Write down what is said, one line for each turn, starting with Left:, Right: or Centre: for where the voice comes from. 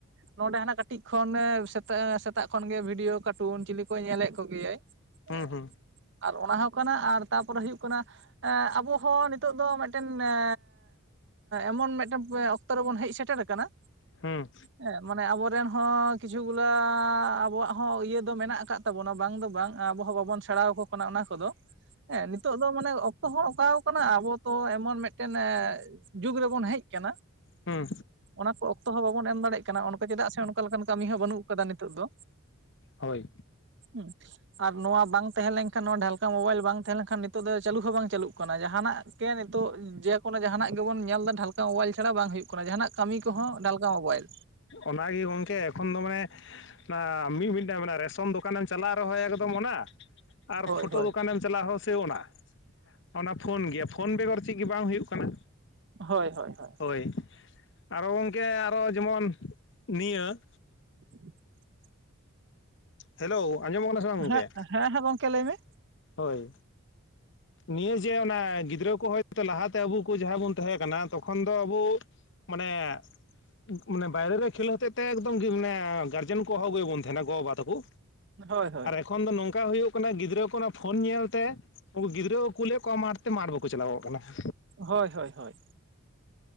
Right: ᱱᱚᱰᱮ ᱦᱟᱱᱟ ᱠᱟᱹᱴᱤᱡ ᱠᱷᱚᱱ ᱮ ᱥᱮ ᱥᱮᱛᱟᱜ ᱠᱷᱚᱱᱜᱮ ᱵᱷᱤᱰᱤᱭᱳ ᱠᱟᱨᱴᱩᱱ ᱪᱤᱞᱤ ᱠᱚ ᱧᱮᱞᱮᱫ ᱠᱚᱜᱮᱭᱟᱭ
Left: ᱦᱩᱸ
Right: ᱦᱮᱸ
Left: ᱦᱩᱸ
Right: ᱟᱨ ᱚᱱᱟ ᱦᱚᱸ ᱠᱟᱱᱟ ᱟᱨ ᱛᱟᱨᱯᱚᱨᱮ ᱦᱩᱭᱩᱜ ᱠᱟᱱᱟ ᱮ ᱟᱵᱚ ᱦᱚᱸ ᱱᱤᱛᱚᱜ ᱫᱚ ᱢᱤᱫᱴᱮᱱ ᱮ ᱮᱢᱚᱱ ᱢᱤᱫᱴᱮᱱ ᱚᱠᱛᱚ ᱨᱮᱵᱩᱱ ᱦᱮᱡ ᱥᱮᱴᱮᱨ ᱟᱠᱟᱱᱟ
Left: ᱦᱩᱸ
Right: ᱦᱮᱸ ᱢᱟᱱᱮ ᱟᱵᱚᱨᱮᱱ ᱦᱚᱸᱤ ᱠᱤᱪᱷᱩ ᱠᱤᱪᱷᱩ ᱜᱩᱞᱟ ᱟᱵᱚᱣᱟᱜ ᱦᱚᱸ ᱤᱭᱟᱹ ᱫᱚ ᱢᱮᱱᱟᱜ ᱟᱠᱟᱫ ᱛᱟᱵᱚᱱᱟ ᱵᱟᱝ ᱫᱚ ᱵᱟᱝ ᱟᱵᱚ ᱦᱚᱸ ᱵᱟᱵᱚᱱ ᱥᱮᱬᱟ ᱟᱠᱚ ᱠᱟᱱᱟ ᱚᱱᱟ ᱠᱚᱫᱚ᱾ ᱦᱮᱸ ᱱᱤᱛᱚᱜ ᱫᱚ ᱢᱟᱱᱮ ᱚᱠᱛᱚ ᱦᱚᱸ ᱚᱠᱟ ᱠᱟᱱᱟ ᱟᱵᱚ ᱛᱚ ᱮᱢᱚᱱ ᱢᱤᱫᱴᱮᱱ ᱮᱸ ᱡᱩᱜᱽ ᱨᱮᱵᱚᱱ ᱦᱮᱡ ᱟᱠᱟᱱᱟ
Left: ᱦᱩᱸ
Right: ᱚᱱᱟ ᱠᱚ ᱚᱠᱛᱚ ᱦᱚᱸ ᱵᱟᱵᱚᱱ ᱮᱢ ᱫᱟᱲᱮᱭᱟᱜ ᱠᱟᱱᱟ ᱚᱱᱠᱟ ᱪᱮᱫᱟᱜ ᱥᱮ ᱚᱱᱠᱟ ᱞᱮᱠᱟᱱ ᱠᱟᱹᱢᱤ ᱦᱚᱸ ᱵᱟᱹᱱᱩᱜ ᱠᱟᱫᱟ ᱱᱤᱛᱳ ᱫᱚ
Left: ᱦᱳᱭ
Right: ᱩᱸ᱾ ᱟᱨ ᱱᱚᱣᱟ ᱵᱟᱝ ᱛᱟᱦᱮᱸ ᱞᱮᱱᱠᱷᱟᱱ ᱱᱚᱣᱟ ᱰᱷᱟᱞᱠᱟ ᱢᱳᱵᱟᱭᱤᱞ ᱵᱟᱝ ᱛᱟᱦᱮᱸ ᱞᱮᱱᱠᱷᱟᱱ ᱱᱤᱛᱳᱜ ᱫᱚ ᱪᱟᱹᱞᱩ ᱦᱚᱸ ᱵᱟᱝ ᱪᱟᱹᱞᱩᱜ ᱠᱟᱱᱟ ᱡᱟᱦᱟᱱᱟᱜ ᱠᱮ ᱱᱤᱛᱚᱜ ᱡᱮᱠᱳᱱᱳ ᱡᱟᱦᱟᱱᱟᱜ ᱜᱮᱵᱚᱱ ᱧᱮᱞ ᱮᱫᱟ ᱰᱷᱟᱞᱠᱟ ᱢᱳᱵᱟᱭᱤᱞ ᱪᱷᱟᱲᱟ ᱵᱟᱝ ᱦᱩᱭᱩᱜ ᱠᱟᱱᱟ ᱡᱟᱦᱟᱱᱟᱜ ᱠᱟᱹᱢᱤ ᱠᱚᱦᱚᱸ ᱰᱷᱟᱞᱠᱟ ᱢᱳᱵᱟᱭᱤᱞ᱾
Left: ᱚᱱᱟᱜᱮ ᱜᱚᱝᱠᱮ ᱮᱠᱷᱚᱱ ᱫᱚ ᱢᱟᱱᱮ ᱚᱱᱟ ᱢᱤᱫ ᱢᱤᱫᱴᱟᱝ ᱨᱮᱥᱚᱱ ᱫᱚᱠᱟᱱᱮᱢ ᱪᱟᱞᱟᱜ ᱨᱮᱦᱚ ᱮᱠᱫᱚᱢ ᱚᱱᱟ ᱟᱨ
Right: ᱦᱳᱭ
Left: ᱯᱷᱳᱴᱳ
Right: ᱦᱳᱭ
Left: ᱫᱚᱠᱟᱱᱮᱢ ᱪᱟᱞᱟᱜᱼᱟ ᱦᱚᱸ ᱥᱮ ᱚᱱᱟ ᱚᱱᱟ ᱯᱷᱳᱱ ᱜᱮᱭᱟ ᱯᱷᱳᱱ ᱜᱮ᱾ ᱯᱷᱳᱱ ᱵᱮᱜᱚᱨ ᱪᱮᱫ ᱜᱮ ᱵᱟᱝ ᱦᱩᱭᱩᱜ ᱠᱟᱱᱟ᱾
Right: ᱦᱳᱭ ᱦᱳᱭ ᱦᱳᱭ᱾
Left: <unintelligible> ᱟᱨᱚ ᱜᱚᱝᱠᱮ ᱟᱨᱚ ᱡᱮᱢᱚᱱ ᱱᱤᱭᱟᱹ
Right: <unintelligible>
Left: ᱦᱮᱞᱳ ᱟᱸᱡᱚᱢᱚᱜ ᱠᱟᱱᱟ ᱥᱮ ᱵᱟᱝ ᱜᱚᱝᱠᱮ?
Right: ᱦᱮᱸ ᱦᱮᱸ ᱦᱮᱸ ᱜᱚᱝᱠᱮ ᱞᱟᱹᱭ ᱢᱮ᱾
Left: ᱦᱳᱭ᱾ ᱱᱤᱭᱟᱹ ᱡᱮ ᱚᱱᱟ ᱜᱤᱫᱽᱨᱟᱹ ᱠᱚᱦᱚᱸ ᱞᱟᱦᱟᱛᱮ ᱟᱵᱚ ᱠᱩ ᱡᱟᱦᱟᱸ ᱵᱚᱱ ᱛᱟᱦᱮᱸ ᱠᱟᱱᱟ ᱛᱚᱠᱷᱚᱱ ᱫᱚ ᱟᱹᱵᱩ ᱢᱟᱱᱮᱭᱮᱜ ᱮ ᱵᱟᱭᱨᱮ ᱨᱮ ᱠᱷᱮᱞᱳ ᱦᱚᱛᱮᱡ ᱛᱮ ᱮᱠᱫᱚᱢ ᱢᱟᱱᱮ ᱜᱟᱨᱡᱮᱱ ᱠᱚ ᱦᱚᱦᱚ ᱟᱹᱜᱩᱭᱮᱫ ᱵᱚᱱ ᱛᱟᱦᱮᱸᱫᱱᱟ ᱜᱚ ᱵᱟᱵᱟ ᱛᱟᱠᱚ᱾
Right: ᱦᱳᱭ ᱦᱳᱭ᱾
Left: ᱮᱚᱠᱷᱚᱱ ᱫᱚ ᱱᱚᱝᱠᱟ ᱦᱩᱭᱩᱜ ᱠᱟᱱᱟ ᱜᱤᱫᱽᱨᱟᱹ ᱠᱷᱚᱱᱟᱜ ᱯᱷᱳᱱ ᱧᱮᱞ ᱛᱮ ᱩᱱᱠᱩ ᱜᱤᱫᱽᱨᱟᱹ ᱠᱚ ᱠᱩᱞᱮᱫ ᱠᱚᱣᱟ ᱢᱟᱴ ᱛᱮ ᱢᱟᱴᱷ ᱵᱟᱠᱚ ᱪᱟᱞᱟᱣᱚᱜ ᱠᱟᱱᱟ ᱾
Right: ᱦᱳᱭ ᱦᱳᱭ ᱦᱳᱭ᱾